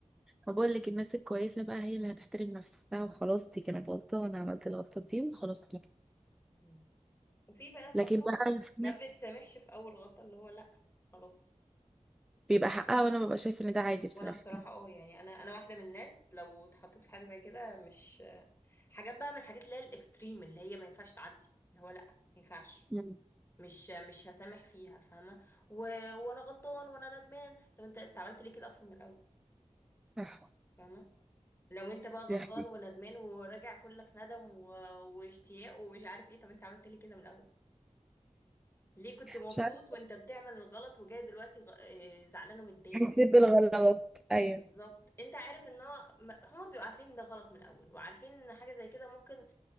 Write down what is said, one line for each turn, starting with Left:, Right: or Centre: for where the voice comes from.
Centre: ما بقول لك الناس الكويسه بقى هي اللي هتحترم نفسها وخلاص دي كانت غلطه وانا عملت الغلطه دي وخلاص احنا كده
Left: م. وفي بنات
Centre: لكن
Left: اصلا
Centre: بقى <laughs> في ناس
Left: ما بتسامحش في اول غلطه اللي هو لا خلاص
Centre: بيبقى حقها وانا ببقى شايف ان ده عادي بصراحه
Left: وانا الصراحه
Centre: يعني
Left: اه يعني انا انا واحده من الناس لو اتحطيت في حاجه زي كده مش حاجات بقى من الحاجات اللي هي الاكستريم اللي هي ما ينفعش تعدي اللي هو لا ما ينفعش
Centre: مم.
Left: مش مش هسامح فيها فاهمه و... وانا غلطان وانا ندمان طب انت انت عملت ليه كده اصلا من الاول
Centre: صح
Left: فاهمه لو انت بقى غلطان
Centre: صح.
Left: وندمان وراجع كلك ندم و... واشتياق ومش عارف ايه طب انت عملت ليه كده من الاول ليه كنت مبسوط
Centre: مش عارفه
Left: وانت بتعمل الغلط وجاي دلوقتي غ... آه، زعلان ومتضايق
Centre: بنسيب الغلط ايوه
Left: بالظبط انت عارف ان هو ما- هما بيبقوا عارفين ان ده غلط من الاول وعارفين ان حاجه زي كده ممكن